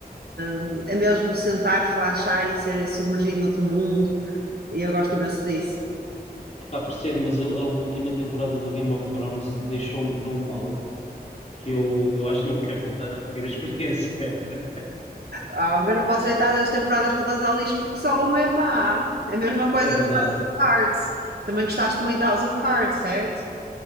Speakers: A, on the right; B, on the left.
A: hum, é mesmo sentar, relaxar e ser submergido noutro mundo, e eu gosto imenso disso.
B: Epá, percebo, mas a, a última temporada do Game of Thrones deixou-me tão mal que eu, eu acho que não quero voltar a repetir a experiência. <laughs>
A: Ah, mas não posso deitar as temporadas todas ao lixo porque só uma é má. É a mesma coisa
B: É verdade,
A: que House of Cards. Também gostaste muito de House of Cards, certo?